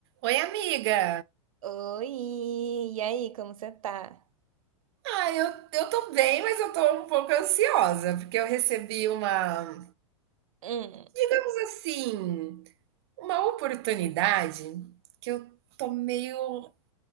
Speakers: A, on the right; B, on the right.
A: Oi, amiga.
B: Oi, e aí, como você tá?
A: Ah, eu, eu tô bem, mas eu tô um pouco ansiosa, porque eu recebi uma,
B: Hum,
A: mas assim, uma oportunidade que eu tô meio